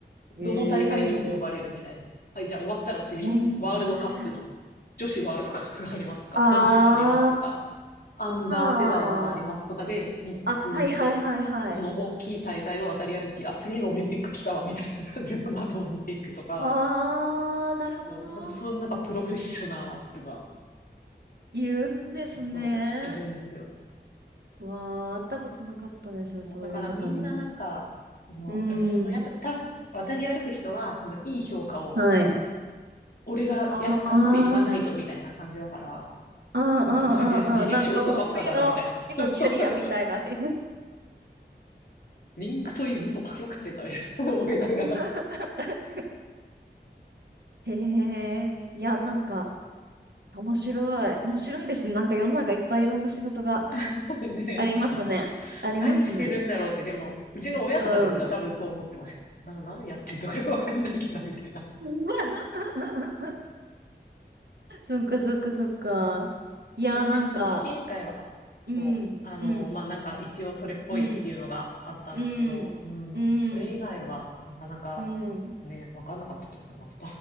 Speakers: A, on the right; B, on the left.
A: へえ。
B: どの大会にも呼ばれるみたいな。はい、じゃあ終わったら次、
A: へえ。
B: ワールドカップの、女子ワールドカップがありますとか、
A: あ
B: 男子がありますとか、アンダー世代のがありますとかで、
A: あ。
B: もうずーっと、
A: あ、はいはいはいはい。
B: その大きい大会を渡り歩き、あ、次のオリンピック来たわ、みたいな感じで、またオリンピックとか、
A: あー、なるほど。
B: そう、なんかそういうなんかプロフェッショナルが、
A: いるんですね。
B: そう、いるんですよ。
A: わー、会ったことなかったです、
B: そうだからみんななんか、
A: そういう方に。
B: その、
A: うん。
B: やっぱその、やっぱ単、渡り歩く人は、そのいい評価を、
A: はい。
B: 俺がやったって言わないとみたいな感じだから、
A: あー、あー、あー、あー、
B: <laughs> すごい、履履歴書嘘ばっかだな、
A: あー、なんかもう次の、
B: みたいな。
A: 次のキャリアみたいなね。
B: <laughs> リンクといい嘘書きまくってんだ、みたいな思いながら。
A: <laughs> へえ、いや、なんか、面白い。面白いですね。なんか世の中いっぱいいろんな仕事が
B: <laughs> ね、
A: ありますね。
B: 本当に。
A: ありますね。
B: 何してるんだろうって、でも、うちの親とかですら多分そう思ってました。
A: うん。
B: な、何やってんのかよくわかんないけど、みたいな。
A: <laughs> そっかそっかそっか。
B: うん
A: いや、
B: でもね、
A: なんか、
B: 組織委員会は、そう、
A: うん、
B: あの、
A: うん、
B: まあ、なんか一応それっぽいっていうのがあったんですけど、
A: うん、うん、
B: うん、
A: う
B: それ以外はなかなかね、
A: ん、うん。
B: わかんなかったと思います。